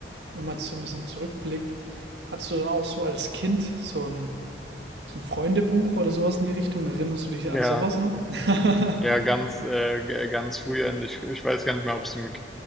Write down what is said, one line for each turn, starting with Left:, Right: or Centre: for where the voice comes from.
Right: wenn man so ein bisschen zurückblickt, hattest du dann auch so als Kind so ein So ein Freundebuch oder sowas in die Richtung? Erinnerst du dich an
Centre: Ja,
Right: sowas noch? <laughs>
Centre: ja, ganz, äh, g- ganz früher. Und Ich, ich weiß gar nicht mehr, ob es im